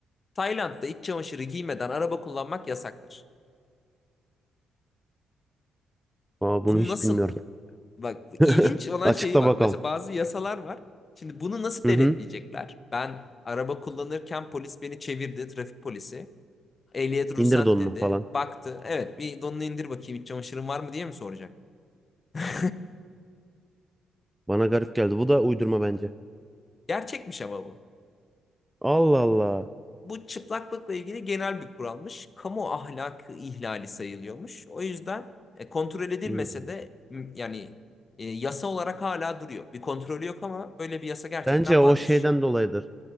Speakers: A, on the left; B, in the centre.
A: Tayland'da iç çamaşırı giymeden araba kullanmak yasaktır.
B: Aa,
A: Bunu
B: bunu hiç
A: nasıl...
B: bilmiyorum.
A: Bak ilginç
B: <laughs>
A: olan
B: Açıkla
A: şeyi var.
B: bakalım.
A: Mesela bazı yasalar var. Şimdi bunu nasıl
B: Hı
A: denetleyecekler?
B: hı.
A: Ben araba kullanırken polis beni çevirdi, trafik polisi. Ehliyet ruhsat
B: İndir donunu
A: dedi.
B: falan.
A: Baktı. Evet bir donunu indir bakayım iç çamaşırın var mı diye mi soracak? <laughs>
B: Bana garip geldi. Bu da uydurma bence.
A: Gerçekmiş ama bu.
B: Allah Allah.
A: Bu çıplaklıkla ilgili genel bir kuralmış. Kamu ahlakı ihlali sayılıyormuş. O yüzden e, kontrol edilmese
B: Hı.
A: de yani e, yasa olarak hala duruyor. Bir kontrolü yok ama böyle bir yasa gerçekten
B: Bence o
A: varmış.
B: şeyden dolayıdır.